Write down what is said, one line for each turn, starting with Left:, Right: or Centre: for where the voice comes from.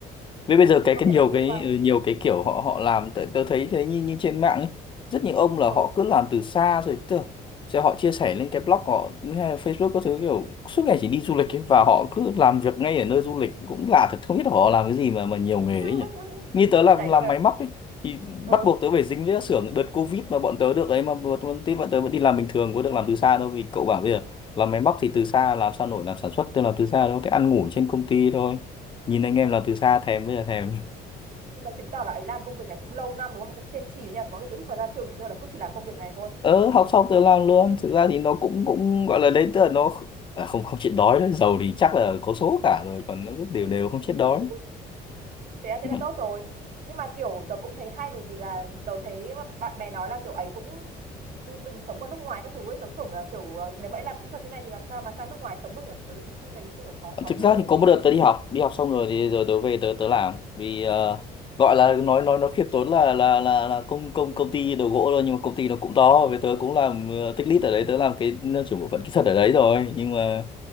Left: Với bây
Right: ừ
Left: giờ
Right: thì
Left: cái
Right: công
Left: cái
Right: nhận
Left: nhiều
Right: là linh
Left: cái
Right: hoạt
Left: ừ, nhiều cái kiểu họ họ làm tớ, tớ thấy thế như như trên mạng ấy. Rất nhiều ông là
Right: ừ
Left: họ cứ làm từ xa rồi tớ, sẽ họ chia sẻ lên cái blog của họ hay là Facebook các thứ kiểu suốt ngày chỉ đi du lịch ấy, và họ cứ làm việc ngay ở nơi du lịch cũng lạ thật không biết là họ làm cái gì mà mà nhiều nghề
Right: <laughs>
Left: đấy nhỉ. Như tớ làm
Right: đấy
Left: làm
Right: nhưng mà
Left: máy móc ấy thì
Right: ừ
Left: bắt buộc tớ phải dính với các xưởng đợt Covid mà bọn tớ được ấy mà bọn, bọn, tí bọn tớ vẫn đi làm bình thường có được làm từ xa đâu vì cậu bảo bây giờ làm máy móc thì từ xa làm sao nổi làm sản xuất tôi làm từ xa đâu cái ăn ngủ trên công ty thôi nhìn anh em làm từ xa thèm bây giờ thèm
Right: nhưng mà chứng tỏ là ấy làm công việc này cũng lâu năm đúng không cũng kiên trì đấy nha có cái từ lúc mà ra trường đến giờ là cứ chỉ làm công việc này thôi
Left: ờ học xong tự làm luôn thực ra thì nó cũng cũng gọi là đấy tức là nó kh- à, không không chết đói đấy giàu thì chắc là có số cả rồi còn nó cứ đều đều không chết
Right: <laughs>
Left: đói
Right: thế là, thế
Left: Ừ.
Right: là tốt rồi nhưng mà kiểu tớ cũng thấy hay bởi vì là tớ thấy bạn bè nói là kiểu ấy cũng đừng sống ở nước ngoài các thứ ấy tớ tưởng là kiểu ờ, nếu mà ấy làm kỹ thuật như này thì làm sao mà sang nước ngoài sống được nhỉ tớ cũng thấy đấy kiểu khó khó
Left: thực
Right: hiểu
Left: ra
Right: ấy
Left: thì có một đợt tớ đi học đi học xong rồi thì rồi tớ về tớ tớ làm vì ờ, gọi là nói nói nó khiêm tốn là là là là công công công ty đồ gỗ thôi nhưng mà công ty nó cũng to với tớ cũng làm ờ, tech lead ở đấy tớ làm cái trưởng bộ phận kỹ thuật ở đấy rồi nhưng mà